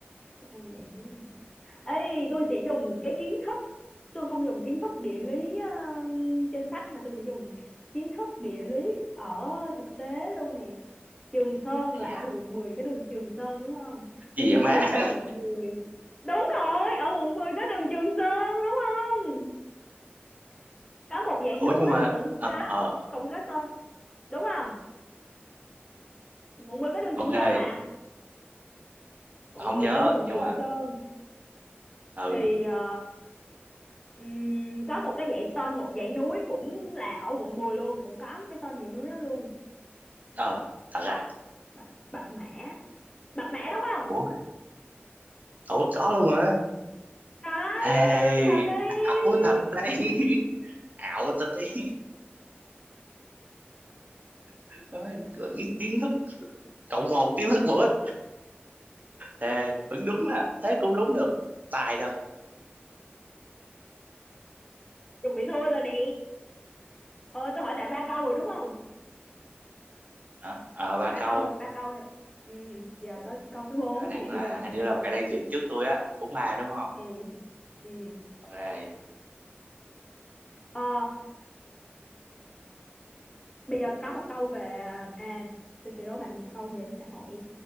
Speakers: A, on the left (about 15°); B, on the right (about 40°).
A: cắt ngang dãy núi nào ê tôi sẽ dùng cái kiến thức tôi không dùng kiến thức địa lý ờ, trên sách mà tôi sẽ dùng kiến thức địa lý ở thực tế luôn nè Trường Sơn là
B: Ây da,
A: ở quận 10 cái đường Trường Sơn đúng không
B: cái
A: tôi
B: gì
A: nhớ
B: vậy má
A: là ở quận
B: <laughs>
A: mười đúng rồi ở quận 10 có đường Trường Sơn đúng không có một dãy
B: ủa
A: núi
B: nhưng mà
A: cũng có
B: ờ
A: cũng có tên đúng không quận 10 có đường
B: ok
A: Trường Sơn mà quận
B: không
A: 10
B: nhớ
A: có đường
B: nhưng
A: Trường
B: mà
A: Sơn
B: ừ
A: thì ờ, ừm, có một cái dãy tên một dãy núi cũng là ở quận 10 luôn cũng có cái tên dãy núi đó luôn
B: ờ thật à
A: Bạch, Bạch Mã Bạch Mã đúng không
B: ủa ủa có luôn hả
A: à,
B: thề
A: thật đi
B: ảo thật đấy <laughs> ảo thật đấy <laughs> nói ý kiến thức cộng một kiến thức bổ ích thề vẫn đúng mà thế cũng đúng được tài thật
A: chuẩn bị thua rồi nè ờ tôi hỏi bạn ba câu rồi đúng không
B: Đó, ờ ba
A: ba
B: câu
A: câu thôi ba câu thôi ừ, giờ tới câu thứ bốn
B: Bây giờ đang
A: nè
B: là
A: bây giờ mà
B: hình như là bạn đang dẫn trước tôi á bốn ba đúng không
A: ừ, ừ.
B: ok
A: Ờ, bây giờ có một câu về à tôi sẽ đố bạn một câu về xã hội